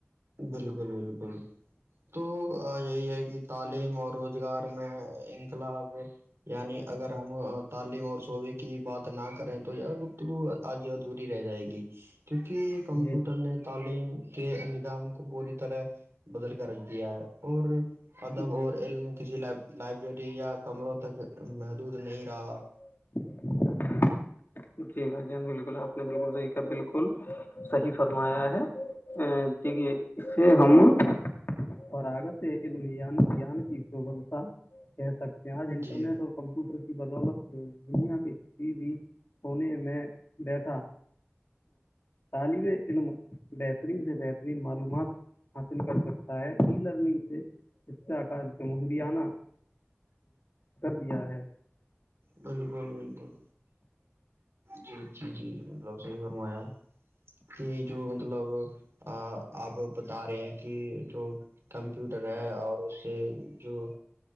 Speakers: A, on the right (about 75°); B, on the left (about 55°).
A: بالکل بالکل تو یہی ہے کہ تعلیم اور روزگار میں انقلاب یعنی اگر ہم تعلیم اور شعبے کی بات نہ کریں تو یا گپتگو آج ادھوری رہ جائے گی کیونکہ کمپیوٹر
B: جی
A: نے تعلیم کے پوری طرح بدل کر رکھ دیا ہے اور ادب
B: جی
A: اور علم کسی ل لائبریری یا کمروں تک محدود نہیں رہا
B: <inaudible> جی بھائی جی آپ بک ج بالکل صحیح فرمایا ہے کی اس سے ہم فاگتان کی سبتا کہہ سکتے ہیں آج انٹرنیٹ
A: جی
B: اور کمپیوٹر کی بدولت سے دنیا کے کسی بھی ہونے میں بیٹٹھا طالب علم بہترین سے بہترین معلومات حاصل کر سکتا ہے ای لرننگ اس آ کا م ہریانہ کر دیا ہے
A: بالکل بالکل جی جی جی مطلب صحیح فرمایا کہ جو مطلب آپ بتا رہے ہیں کہ جو کمپیوٹر ہے اور اس سے جو